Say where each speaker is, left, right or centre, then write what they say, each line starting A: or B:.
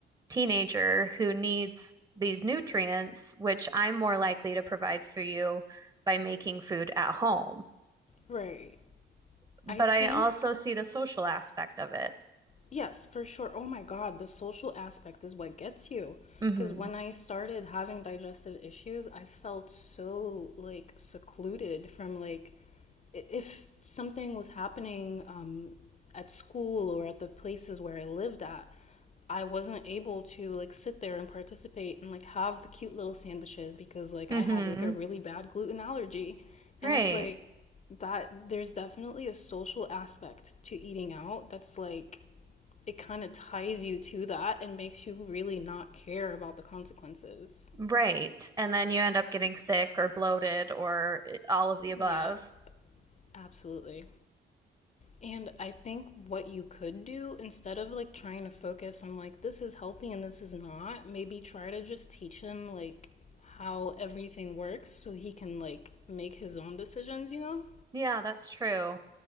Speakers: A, on the right (about 20°); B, on the left (about 35°).
A: teenager who needs these nutrients, which I'm more likely to provide for you by making food at home.
B: Right.
A: But
B: I think
A: I also see the social aspect of it.
B: Yes, for sure. Oh my God, the social aspect is what gets you.
A: hmm
B: Because when I started having digestive issues, I felt so like secluded from like i- if something was happening um, at school or at the places where I lived at, I wasn't able to like sit there and participate and like have the cute little sandwiches because like
A: hmm
B: I have like a really bad gluten allergy.
A: Right.
B: And it's like that there's definitely a social aspect to eating out that's like it kind of ties you to that and makes you really not care about the consequences.
A: Right. And then you end up getting sick or bloated or eh, all of the above.
B: Yep, absolutely. And I think what you could do instead of like trying to focus on like this is healthy and this is not, maybe try to just teach him like how everything works so he can like make his own decisions, you know?
A: Yeah, that's true.